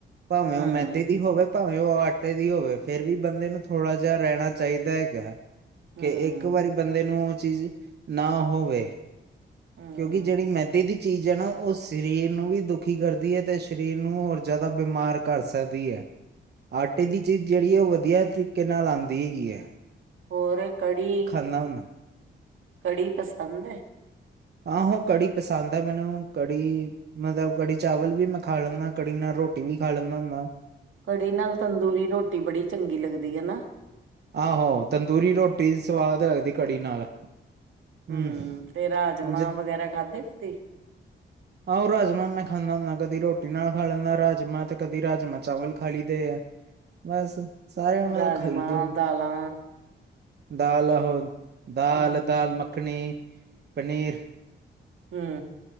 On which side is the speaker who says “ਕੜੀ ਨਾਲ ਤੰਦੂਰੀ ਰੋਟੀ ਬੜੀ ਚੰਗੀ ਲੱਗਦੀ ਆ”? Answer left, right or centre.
Right